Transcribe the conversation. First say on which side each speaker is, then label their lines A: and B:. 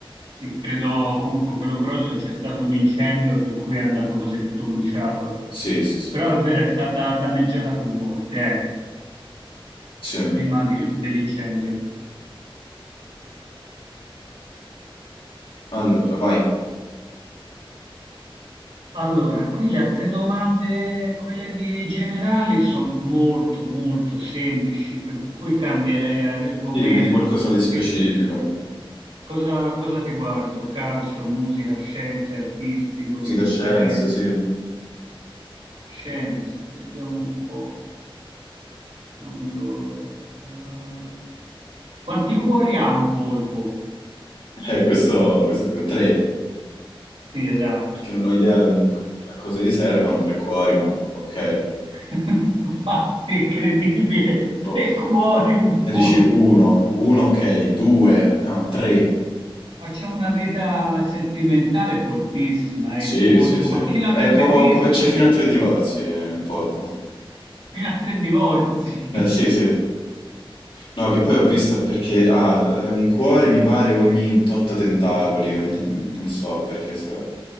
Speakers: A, on the right; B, on the left.
A: Sì, credo comunque quello grosso c'è stato un incendio per cui è andato quasi tutto bruciato.
B: Sì, sì, sì.
A: Però è vero, è stata danneggiata più volte, eh,
B: Sì.
A: prima di- dell'incendio.
B: Allora, vai.
A: Allora, qui le altre domande, quelle di generali, sono molto, molto semplici, per cui cambierei argomento
B: Sì, vedi qualcosa
A: su
B: di specifico.
A: che, eh, cosa, cosa ti guardo? Calcio, musica, scienze, artisti, luoghi
B: Psicoscienze,
A: di interesse,
B: sì.
A: scienze, vediamo un po'. Allora, ah, Quanti cuori ha un polpo?
B: Eh, questo, questo è figo. Tre,
A: Sì, esatto.
B: che non ho idea di- a cosa gli servano, tre cuori, ma ok. Eh,
A: <laughs> Fatti incredibile, tre
B: Boh.
A: cuori, un polpo.
B: Ne dici uno, uno ok, due, no, tre.
A: Ma c'ha una vita sentimentale fortissima,
B: Sì,
A: è il polpo.
B: sì, sì.
A: Ma chi l'avrebbe
B: Eh, può,
A: visto?
B: può averci fino a tre divorzi eh, il polpo.
A: Fino a tre divorzi. <laughs>
B: Eh, sì, sì. No, che poi ho visto è perché ha eh, un cuore, mi pare, ogni tot tentacoli, ogni... non so perché sta cosa.